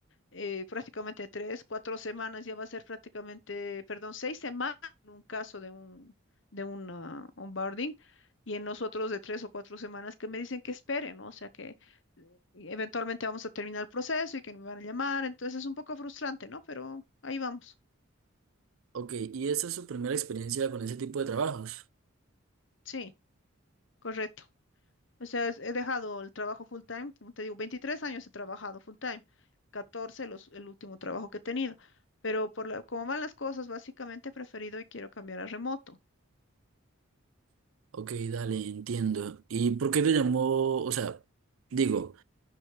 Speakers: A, on the left (about 60°); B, on the right (about 75°).
A: eh, prácticamente tres, cuatro semanas, ya va a ser prácticamente, perdón, seis semanas en un caso de un, de un ah, onboarding y en nosotros de tres o cuatro semanas que me dicen que esperen, ¿no? O sea que eh, eventualmente vamos a terminar el proceso y que me van a llamar, entonces es un poco frustrante, ¿no? Pero ahí vamos,
B: Ok, ¿y esa es su primera experiencia con ese tipo de trabajos?
A: sí, correcto. O sea, es- he dejado el trabajo full time, como te digo, 23 años he trabajado full time, 14 los, el último trabajo que he tenido, pero por la, como van las cosas, básicamente he preferido y quiero cambiar a remoto.
B: Ok, dale, entiendo. ¿Y por qué te llamó, o sea, digo...